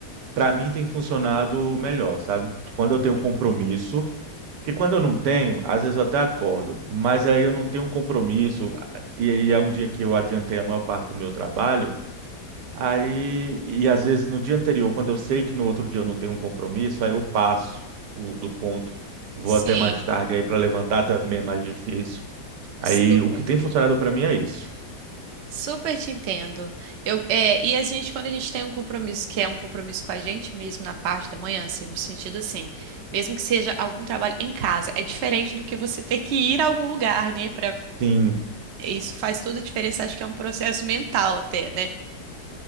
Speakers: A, on the right; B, on the right.
A: para mim, tem funcionado melhor, sabe? Quando eu tenho
B: Sim.
A: compromisso, porque quando eu não tenho, às vezes eu até acordo, mas aí eu não tenho compromisso, e aí é um dia que eu adiantei a maior parte do meu trabalho. Aí, e às vezes no dia anterior, quando eu sei que no outro dia eu não tenho um compromisso, aí eu passo do, do ponto, vou
B: Sim.
A: até mais tarde aí para levantar também é mais difícil. Aí
B: Super,
A: o que tem funcionado para mim é isso.
B: super te entendo. Eu, é, e a gente, quando a gente tem um compromisso que é um compromisso com a gente mesmo na parte da manhã, assim, no sentido assim, mesmo que seja algum trabalho em casa, é diferente do que você ter que ir a algum lugar, né? Pra,
A: Sim,
B: isso faz toda a diferença, acho que é um processo mental até, né?